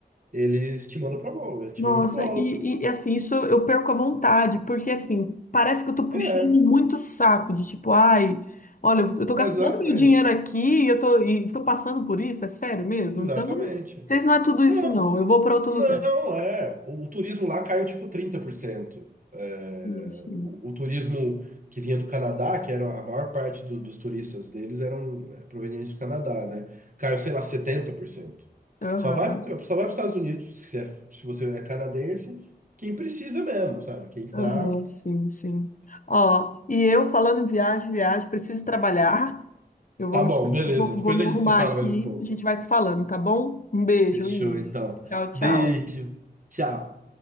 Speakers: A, on the right (about 50°); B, on the left (about 50°).
A: eles te mandam para volta, te
B: Nossa,
A: mandam de volta.
B: e, e assim, isso eu perco a vontade, porque assim, parece que eu tô puxando
A: É,
B: muito saco de tipo, ai, olha, eu tô gastando
A: exatamente,
B: meu dinheiro aqui e eu tô, e tô passando por isso, é sério mesmo?
A: exatamente.
B: Então, vocês não é tudo isso
A: Não,
B: não, eu vou para outro
A: Não,
B: lugar.
A: é. O, o turismo lá caiu tipo 30%. É,
B: Enfim.
A: o, o turismo que vinha do Canadá, que era a maior parte do- dos turistas deles eram é, provenientes do Canadá, né? Caiu, sei lá, 70%.
B: Aham.
A: Só vai, pro- só vai para os Estados Unidos se, é- se você é canadense, quem precisa mesmo, sabe? Quem tá.
B: Aham, sim, sim. Ó, e eu falando em viagem, viagem, preciso trabalhar. Eu vou
A: Tá
B: me,
A: bom, beleza.
B: vou,
A: Depois
B: vou me
A: a
B: arrumar
A: gente se fala
B: aqui.
A: mais um pouco.
B: A gente vai se falando, tá bom? Um beijo,
A: Fechou,
B: Will.
A: então.
B: Tchau, tchau.
A: Beijo. Tchau.